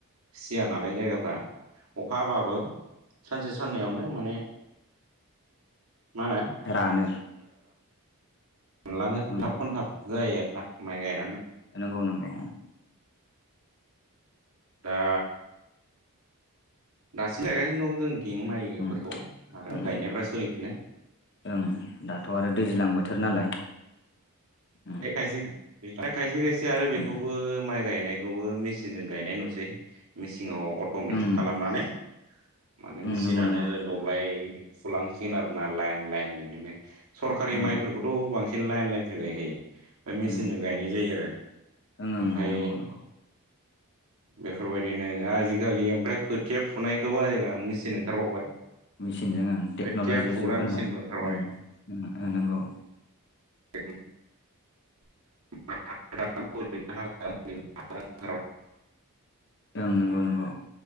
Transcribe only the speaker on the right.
सिया नालाय जायगाफ्रा अखााबाबो सानसे साननैयावनो माने मा होनो
मोनलाङो
थाब खनथाब जायो आरोोना माइ गाय
दा दासिम गायगासिनो दं जों थिं माइफोरखौ
आरो
गायनायफ्रा सोलिगासिनो।
खायसे खायसे खायसे आरो बेखौबो
माइ गायनाय खौबो मेचिनजों गायनाय नुसै मेचिनाव अट'मेटिक
खालामनानै माने मेसिनानो
दब्लाय फुलांसिगोन आरो ना लाइन लाइन बिदिनो सरखारि
माइफोरखौथ' बांसिन लाइन लाइनसो गायखायो। ओमफ्राय मेचिनजों
गायनाय जायो आरो
ओमफ्राय
बेफोरबायदिनो आजिखालि ओमफ्राय खोथिया फुनायखौबो मेचन ओंखारबावबाय
खोथिया फुग्रा
मेचिनबो ओंखारबाय
टेक <unintelligible>